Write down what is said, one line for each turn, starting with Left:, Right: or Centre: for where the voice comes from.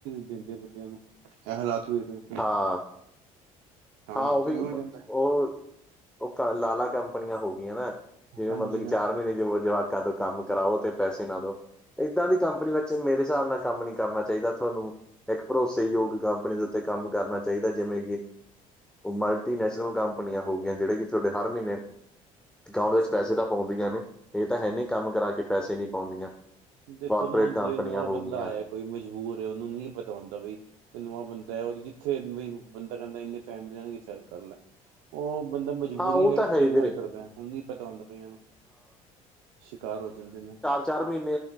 Right: ਦਿੰਦੇ ਬੰਦਿਆਂ ਨੂੰ ਇਹ ਹਾਲਾਤ ਵੀ ਪਏ ਨੇ।
Centre: ਹਾਂ-ਹਾਂ
Right: ਹੋ
Centre: ਉਹੀ
Right: ਤੇ ਵੀ ਹੋ
Centre: ਉਹ,
Right: ਜਾਂਦਾ
Centre: ਉਹ ਕ ਲਾਲਾ ਕੰਪਨੀਆਂ ਹੋ ਗਈਆਂ ਨਾ ਜਿਵੇਂ
Right: ਹਾਂਜੀ
Centre: ਮਤਲਬ ਕਿ
Right: ਹਾਂਜੀ
Centre: ਚਾਰ ਮਹੀਨੇ ਜਵਾ, ਕਦੋਂ ਕੰਮ ਕਰਾਓ ਤੇ ਪੈਸੇ ਨਾ ਦੋ, ਇੱਦਾਂ ਦੀ ਕੰਪਨੀ ਵਿੱਚ ਮੇਰੇ ਹਿਸਾਬ ਨਾਲ ਕੰਮ ਨੀ ਕਰਨਾ ਚਾਹੀਦਾ ਤੁਹਾਨੂੰ ਇੱਕ ਭਰੋਸੇਯੋਗ ਕੰਪਨੀ, ਦੇ ਕੰਮ ਕਰਨਾ ਚਾਹੀਦਾ ਜਿਵੇਂ ਕਿ, ਉਹ ਮਲਟੀਨੈਸ਼ਨਲ ਕੰਪਨੀਆਂ ਹੋ ਗਈਆਂ ਜਿਹੜੇ ਕਿ ਤੁਹਾਡੇ ਹਰ ਮਹੀਨੇ ਅਕਾਊਂਟ ਵਿੱਚ ਪੈਸੇ ਤਾਂ ਪਾਉਂਦੀਆਂ ਨੇ ਇਹ ਤਾਂ ਹੈ ਨਹੀਂ ਕੰਮ ਕਰਾ ਕੇ ਪੈਸੇ ਨੀ ਪਾਉਂਦੀਆਂ,
Right: ਦੇਖੋ
Centre: ਕਾਰਪੋਰੇਟ
Right: ਨਾ ਹੁਣ
Centre: ਕੰਪਨੀਆਂ
Right: ਜਿਵੇ ਨਵਾਂ
Centre: ਹੋ
Right: ਬੰਦਾ
Centre: ਗਈਆਂ
Right: ਆਇਆ, ਕੋਈ ਮਜਬੂਰ ਐ ਉਹਨੂੰ ਨਹੀਂ ਪਤਾ ਹੁੰਦਾ ਬਈ ਕੋਈ ਨਵਾਂ ਬੰਦਾ ਐ ਉਹ ਜਿੱਥੇ ਬ ਬੰਦਾ ਕਹਿੰਦਾ ਇੰਨੇ, ਟੈਮ ਦਿਆਗੇ ਚੱਲ ਕਰ ਲੈ, ਉਹ ਬੰਦਾ ਮਜਬੂਰੀ
Centre: ਹਾਂ ਉਹ
Right: ਹੇਠ
Centre: ਤਾਂ ਹੈ
Right: ਕਈ
Centre: ਹੀ ਵੀਰੇ
Right: ਵਾਰ ਕਰਦਾ ਹੁਣ ਨਹੀਂ ਪਤਾ ਹੁੰਦਾ ਕਈਆਂ ਨੂੰ ਸ਼ਿਕਾਰ ਹੋ ਜਾਂਦੇ ਨੇ।
Centre: ਚਾਰ ਮਹੀਨੇ